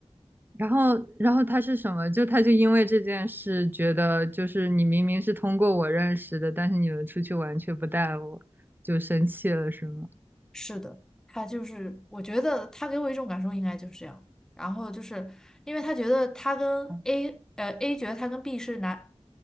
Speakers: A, on the right (about 20°); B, in the centre.
A: 然后，然后他是什么？就他就因为这件事，觉得就是你明明是通过我认识的，但是你们出去玩却不带我，就生气了，是吗？
B: 是的，他就是，我觉得他给我一种感受应该就是这样，然后就是因为他觉得他跟
A: 啊
B: A，呃，A 觉得他跟 B 是男